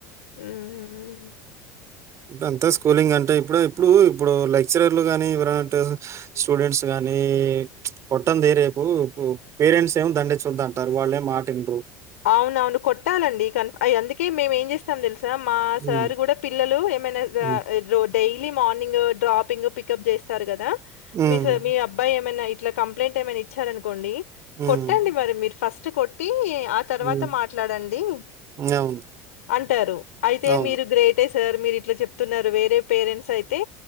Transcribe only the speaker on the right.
అంతా స్కూలింగ్ అంటే ఇప్పుడు ఇప్పుడు ఇప్పుడు లెక్చరర్లు కాని ఎవర స్టూడెంట్స్ గాని అని కొట్టంది రేపు పేరెంట్స్ ఏమో దండించద్దంటారు వాళ్ళ ఏం మాటిండ్రు
హ్మ్.
హ్మ్.
హ్మ్.
హ్మ్.
హ్మ్.
అవును.
అవును.